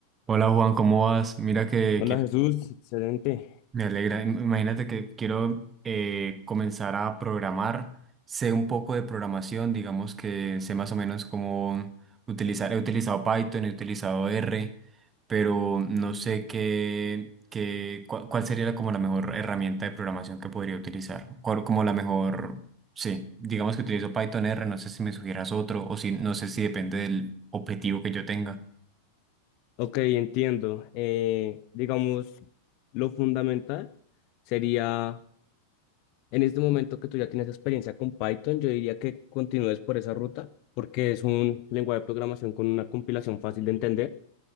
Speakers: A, on the right; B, on the left.
A: Hola Juan, ¿cómo vas? Mira que,
B: Hola
A: que
B: Jesús, excelente.
A: me alegra. Im- Imagínate que quiero eh, comenzar a programar. Sé un poco de programación, digamos que sé más o menos cómo utilizar. He utilizado Python, he utilizado R, pero no sé qué, qué, cua- cuál sería la- como la mejor herramienta de programación que podría utilizar. Cuál- Como la mejor, sí, digamos que utilizo Python R, no sé si me sugieras otro o si no sé si depende del objetivo que yo tenga.
B: Ok, entiendo. Eh, digamos, lo fundamental sería, en este momento que tú ya tienes experiencia con Python, yo diría que continúes por esa ruta, porque es un lenguaje de programación con una compilación fácil de entender.